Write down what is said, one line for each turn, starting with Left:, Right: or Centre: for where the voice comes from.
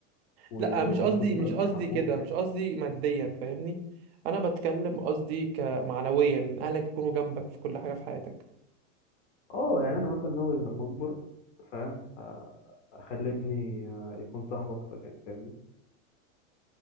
Left: و...
Right: لا مش
Left: وانت
Right: قصدي
Left: صغير
Right: مش
Left: بيحموك
Right: قصدي كده
Left: يعني
Right: مش قصدي
Left: فاهم؟
Right: ماديا فاهمني انا بتكلم قصدي كمعنويا ان اهلك يكونوا جنبك في كل حاجه في حياتك
Left: اه يعني انا مثلا ناوي لما اكبر فاهم آه، اخلي ابني آه، يكون صاحب اكتر يعني فاهمني